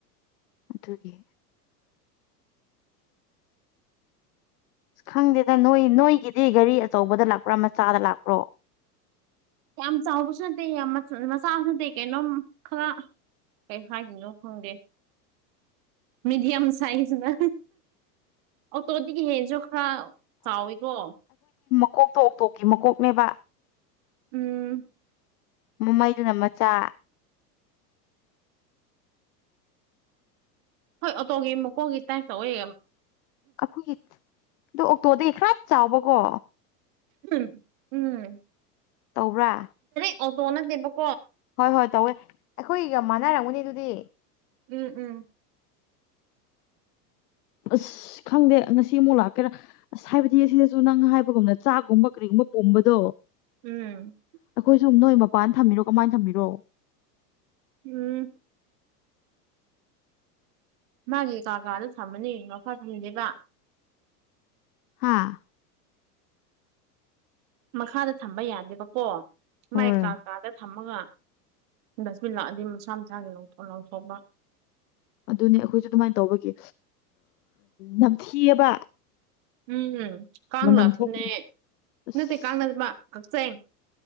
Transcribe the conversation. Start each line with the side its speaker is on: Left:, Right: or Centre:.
Left: ꯑꯗꯨꯒꯤ ꯑꯁ ꯈꯪꯗꯦꯗ ꯅꯣꯏ ꯅꯣꯏꯒꯤꯗꯤ ꯒꯥꯔꯤ ꯑꯆꯧꯕꯗ ꯂꯥꯛꯄ꯭ꯔꯥ ꯃꯆꯥꯗ ꯂꯥꯛꯄ꯭ꯔꯣ
Right: ꯌꯥꯝ ꯆꯥꯎꯕꯁꯨ ꯅꯠꯇꯦ ꯌꯥꯝ ꯃꯆꯥꯁꯨ ꯅꯠꯇꯦ ꯀꯩꯅꯣꯝ ꯈꯔ ꯀꯩ ꯍꯥꯏꯗꯣꯏꯅꯣ ꯈꯪꯗꯦ ꯃꯤꯗꯤꯌꯝ ꯁꯥꯏꯖꯅ ꯑꯣ ꯇꯣꯗꯒꯤ ꯍꯦꯟꯁꯨ ꯈꯔ ꯆꯥꯎꯋꯤꯀꯣ
Left: ꯃꯀꯣꯛꯇꯣꯛ ꯑꯣꯇꯣꯛꯀꯤ ꯃꯀꯣꯛꯅꯦꯕ
Right: ꯎꯝ
Left: ꯃꯨꯝꯃꯩꯗꯨꯅ ꯃꯆꯥ
Right: ꯍꯣꯏ ꯑꯣꯇꯣꯒꯤ ꯃꯀꯣꯛꯒꯤ ꯇꯥꯏ ꯇꯧꯋꯦ
Left: ꯑꯩꯈꯣꯏꯒꯤ ꯑ ꯑꯣꯛꯇꯣꯗꯒꯤ ꯈꯔ ꯆꯥꯎꯕꯀꯣ
Right: ꯎꯝ ꯎꯝ
Left: ꯇꯧꯕ꯭ꯔꯥ
Right: ꯑ ꯇꯣꯅꯕ
Left: ꯍꯣꯏ ꯍꯣꯏ ꯇꯧꯋꯦ ꯑꯩꯈꯣꯏꯒ ꯃꯥꯟꯅꯔꯝꯒꯅꯤ ꯑꯗꯨꯗꯤ
Right: ꯎꯝ ꯎꯝ
Left: ꯑꯁ ꯈꯪꯗꯦ ꯉꯁꯤ ꯑꯃꯨꯛ ꯂꯥꯛꯀꯦꯔꯥ ꯑꯁ ꯍꯥꯏꯕꯗꯤ ꯑꯁꯤꯗꯁꯨ ꯅꯪ ꯍꯥꯏꯕꯒꯨꯝꯅ ꯆꯥꯛꯒꯨꯝꯕ ꯀꯔꯤꯒꯨꯝꯕ ꯝꯕꯕꯗꯣ
Right: ꯎꯝ
Left: ꯑꯩꯈꯣꯏ ꯁꯨꯝ ꯅꯣꯏ ꯃꯄꯥꯟ ꯊꯝꯕꯤꯔꯣ ꯀꯃꯥꯏꯅ ꯊꯝꯕꯤꯔꯣ
Right: ꯎꯝ ꯃꯥꯒꯤ ꯀꯥꯀꯥꯗ ꯊꯝꯃꯅꯤ ꯃꯐꯥ ꯊꯟꯗꯦꯕ
Left: ꯍꯥꯥ
Right: ꯃꯈꯥꯗ ꯊꯝꯕ ꯌꯥꯗꯦꯕꯀꯣ
Left: ꯍꯣꯏ
Right: ꯃꯥꯏ ꯀꯥ ꯀꯥꯗ ꯊꯝꯃꯒ ꯗꯁꯕꯤꯟ ꯂꯥꯛꯑꯗꯤ ꯃꯁꯥ ꯃꯁꯥꯒꯤꯊꯣꯛ ꯂ ꯂꯧꯊꯣꯛꯄ
Left: ꯑꯗꯨꯅꯦ ꯑꯩꯈꯣꯏꯁꯨ ꯑꯗꯨꯃꯥꯏꯅ ꯇꯧꯕꯒꯤ ꯅꯝꯊꯤꯑꯕ
Right: ꯎꯝ ꯀꯥꯡ
Left: ꯃꯅꯝ
Right: ꯂꯥꯛꯄꯅꯦ
Left: ꯊꯣꯛ ꯑꯁ
Right: ꯅꯠꯇꯦ ꯀꯥꯡꯅ ꯃꯥ ꯀꯛꯆꯦꯡ